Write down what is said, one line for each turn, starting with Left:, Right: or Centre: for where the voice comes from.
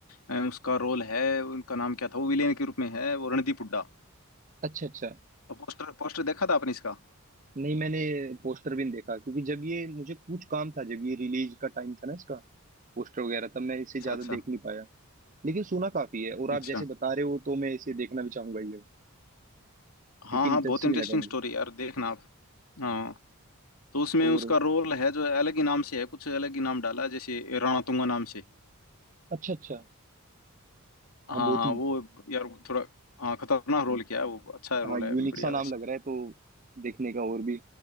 Left: अ, उसका रोल है उनका नाम क्या था वो विलेन के रूप में है वो रणदीप हुड्डा
Right: अच्छा अच्छा
Left: पोस्टर पोस्टर देखा था आपने इसका
Right: नहीं मैंने पोस्टर भी नहीं देखा क्योंकि जब ये मुझे कुछ काम था जब ये रिलीज का टाइम था ना इसका पोस्टर वगैरह तब मैं इसे
Left: अच्छा
Right: ज्यादा
Left: अच्छा
Right: देख नहीं पाया लेकिन सुना काफी है और
Left: अच्छा
Right: आप जैसे बता रहे हो तो मैं इसे देखना भी चाहूंगा ये क्योंकि
Left: हाँ
Right: इंटरेस्टिंग
Left: हाँ बहुत इंटरेस्टिंग
Right: लगा मुझे
Left: स्टोरी यार देखना आप हाँ तो उसमें
Right: और
Left: उसका रोल है जो अलग ही नाम से है कुछ अलग ही नाम डाला है, जैसे रणतुंगा नाम से
Right: अच्छा अच्छा हाँ
Left: हाँ
Right: बहुत
Left: हाँ
Right: ही
Left: वो यार थोड़ा हाँ खतरनाक रोल किया है वो अच्छा
Right: हाँ
Left: रोल
Right: यूनिक
Left: है बढ़िया
Right: सा नाम
Left: वैसे
Right: लग रहा है तो देखने का और भी